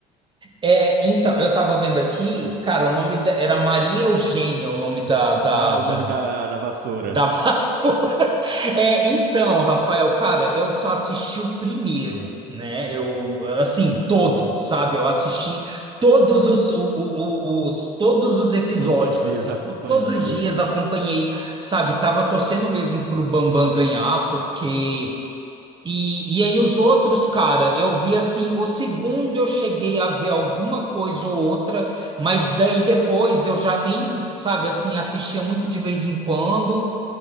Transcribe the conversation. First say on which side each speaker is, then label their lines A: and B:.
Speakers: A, on the right (about 25°); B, on the right (about 55°).
A: É, então, eu tava vendo aqui, cara, o nome da, era Maria Eugênia, o nome da, da,
B: ah,
A: da-
B: o nome da, da vassoura,
A: Da vassoura. <laughs> É, então, Rafael, cara, eu só assisti o primeiro, né? Eu, assim, todo, sabe? Eu assisti todos os, o- o- o- os- todos os episódios,
B: todos os dias
A: assim,
B: acompanhando
A: to- todos os
B: ali.
A: dias acompanhei, sabe? Tava torcendo mesmo pro Bambam ganhar, porque. E, e aí os outros, cara, eu vi assim, o segundo eu cheguei a ver alguma coisa ou outra, mas daí depois eu já nem, sabe, assim, assistia muito de vez em quando.